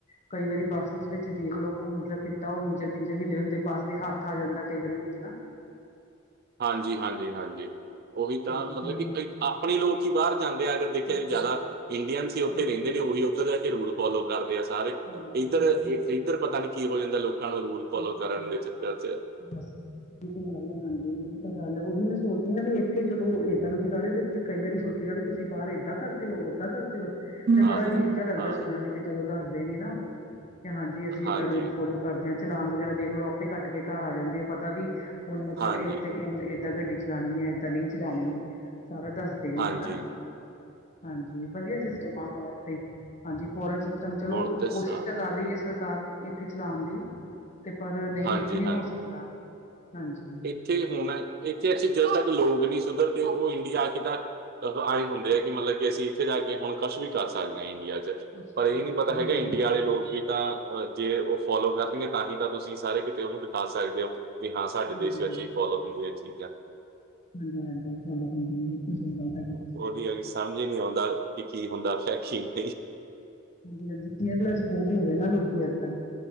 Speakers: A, on the left (about 35°); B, on the right (about 50°).
A: ਕਈ ਵਾਰੀ ਬੱਸ ਵਿੱਚ ਦੇਖ ਲੋ ਮਤਲਬ ਕਿੱਦਾਂ ਓ ਇੰਜ ਪਿੰਜਰ ਹੇਲੇ ਹੁੰਦੇ ਬਸ ਦੇ ਹੱਥ ਆ ਜਾਂਦਾ ਕਈ ਵਾਰੀ ਵਿੱਚ ਨਾ।
B: ਹਾਂਜੀ-ਹਾਂਜੀ-ਹਾਂਜੀ। ਓਹੀ
A: ਹਾਂਜੀ
B: ਤਾਂ ਮਤਲਬ
A: ਕਈ ਵਾਰੀ
B: ਕੀ ਆਪਣੇ ਲੋਕ ਹੀ ਬਾਰ ਜਾਂਦੇ ਆ ਅਗਰ ਦੇਖੇ
A: ਹਾਂਜੀ-ਹਾਂਜੀ
B: ਜਾਦਾ ਇੰਡੀਅਨ ਸੀ ਓਥੇ
A: ਹਾਂ
B: ਰੈਦੇ ਨੇ ਓਹੀ ਓਦਰ ਜਾ ਕੇ ਰੂਲ ਫੋਲੋ ਕਰਦੇ ਆ ਸੀ ਸਾਰੇ
A: ਇਹ ਤਾਂ
B: ਈਦਰ-ਈਦਰ
A: ਹਾਂਜੀ।
B: ਪਤਾ ਨੀ ਕੀ ਹੋ ਜਾਂਦਾ ਲੋਕਾਂ ਨੂੰ ਰੂਲ ਫੋਲੋ
A: ਇੱਧਰ
B: ਕਰਨ
A: ਕੀ ਹੋ
B: ਦੇ
A: ਜਾਂਦਾ।
B: ਚੱਕਰ ਚ
A: ਬਸ ਬ ਏ ਤਾਂ ਗੱਲ ਏ ਹਾਂਜੀ ਏਹੀ ਤਾਂ ਗੱਲ ਹੈ ਓਹੀ ਮੈਂ ਸੋਚਦੀ ਆ ਵੀ ਏਥੇ ਚਲੋ ਏਦਾਂ ਲੋਕੀ ਕਰਦੇ ਕਈ ਵਾਰੀ ਸੋਚੀਦਾ ਵੀ ਤੁਸੀਂ ਬਾਰ ਏਦਾਂ ਕਰਦੇ ਓ ਓਦਾਂ ਕਰਦੇ ਓ, ਫੇਰ
B: ਹਾਂ,
A: ਬੜਾ ਅਜੀਬ ਜੇਆ ਲੱਗਦਾ
B: ਹਾਂ,
A: ਸੁਣਨ ਵੀ ਜਦੋਂ ਦੱਸਦੇ ਨੇ ਨਾ ਓਹੋ, ਕੇ ਹਾਂਜੀ ਅਸੀਂ
B: ਹਾਂਜੀ।
A: ਏਦਾਂ ਰੂਲ ਫੋਲੋ ਕਰਦੇ ਹਆ ਚਲਾਨ ਵਗੈਰਾ ਦੇਖਲੋ ਆ ਪੇ ਕੱਟ ਕੇ ਘਰ ਆ ਜਾਂਦੇ ਆ ਪਤਾ ਵੀ, ਹੁਣ ਮਤਲਬ
B: ਹਾਂਜੀ।
A: ਏ ਏ ਤੇ ਏਦਾਂ ਗੱਡੀ ਚਲਾਣੀ ਏ ਏਦਾਂ ਨਈ ਚਲਾਣੀ ਸਾਰਾ ਦੱਸਦੇ ਨੇ
B: ਹਾਂਜੀ, ਹਾਂਜੀ,
A: ਜੀਦਾਂ, ਹਾਂਜੀ ਵਦੀਆ ਸੇਸਟਮ ਆ ਬਾਰ ਹਾਂਜੀ ਫੋਰਨ ਸਿਸਟਮ ਚਲੋ
B: ਹੁਣ ਤੇ
A: ਕ
B: ਸਭ
A: ਕੋਸ਼ਿਸ਼ ਤਾਂ ਕਰ ਰਈ ਆ ਸਰਕਾਰ ਏਥੇ ਚਲਾਣ ਦੀ ਤੇ ਪਰ ਨਈ
B: ਹਾਂਜੀ,
A: ਏਥੇ ਨਈ ਹੋ ਸਕਦਾ, ਹਾਂਜੀ।
B: ਥੇ ਹੋਣਾ, ਏਥੇ ਜਦੋਂ ਤੱਕ ਅਸੀ ਲੋਕ ਨਈ ਸੁਦਰਦੇ ਓ ਇੰਡੀਆ ਆ ਕੇ ਤਾਂ ਆਂ ਹੁੰਦੇ ਆ ਕੀ ਮਤਲ ਕੀ ਅਸੀਂ ਏਥੇ ਰੈ ਕੇ ਹੁਣ ਕੁਛ ਵੀ ਕਰ ਸਕਦੇ ਆਂ ਇੰਡੀਆ ਚ
A: ਕੋਸ਼ਿਸ਼
B: ਪਰ ਏ
A: ਕਰ
B: ਨਈ
A: ਸਕਦੇ
B: ਪਤਾ ਹੈਗਾ
A: ਹਾਂ। ਹਾਂਜੀ,
B: ਈਂਡੀਆ
A: ਹਾਂਜੀ,
B: ਵਾਲੇ ਲੋਕ ਵੀ ਤਾਂ ਜੇ ਓ ਫੋਲੋ ਕਰਨਗੇ ਤਾਂ ਹੀ ਤਾਂ ਤੁਸੀਂ ਸਾਰੇ ਕੀਤੇ ਓਨੂੰ ਦਿਖਾ ਸਕਦੇ ਓ ਵੀ ਹਾਂ ਸ
A: ਹਾਂਜੀ,
B: ਦੇਸ਼ ਵਿੱਚ ਹੀ ਫੋਲੋ ਹੁੰਦੀ ਹੈ ਚੀਜ਼ਾਂ।
A: ਹਾਂਜੀ-ਹਾਂਜੀ ਫੋਲੋ ਹੁੰਦੀਆਂ ਬਿਲਕੁਲ ਸਹੀ <unintelligible>
B: ਉਹੀ ਅ ਸਮਝ ਨੀ ਆਉਂਦਾ ਕਿ ਕੀ ਹੁੰਦਾ ਪਿਆ ਕੀ ਨਾਹੀ ਨਈ।
A: ਹਾਂਜੀ-ਹਾਂਜੀ ਕੇਅਰਲੈਸ ਬੌਤ ਹੋ ਗੇ ਨਾ ਲੋਕੀ ਅੱਜ ਕੱਲ